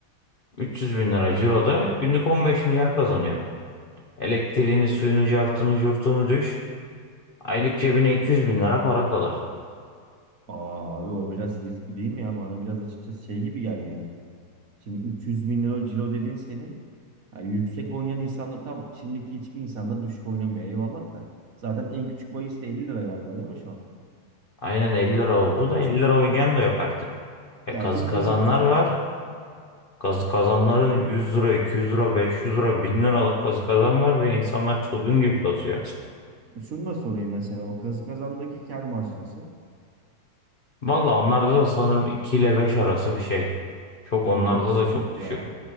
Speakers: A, on the left; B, on the right.
A: 300 bin lira ciroda günlük 15 milyar kazanıyor. Elektriğini, suyunu, cartını, curtunu düş. Aylık cebine iki yüz bin lira para kalır.
B: Aa abi o biraz riskli değil mi ya? Bana biraz açıkçası şey gibi geldi yani. Şimdi 300 bin lira ciro dediğin senin. ha, yüksek oynayan insanlar tabii şimdiki hiçbir insanda düşük oynamıyor eyvallah da. Zaten en küçük bahis de 50 lira galiba değil mi şu an?
A: Aynen elli lira oldu da 50 lira oynayan da yok artık. E
B: Yani
A: kazı
B: 200-300.
A: kazanlar var. Kazı kazanların 100 lira, 200 lira, 500 lira, 1000 liralık kazı kazan var ve insanlar çılgın gibi kazıyor.
B: E, şunu da sorayım mesela o kazı kazandaki kar marjı nasıl?
A: Valla onlarda da sanırım 2 ile 5 arası bir şey. Çok
B: Abi
A: onlarda
B: o da sıkıntı
A: da çok düşük.
B: ya.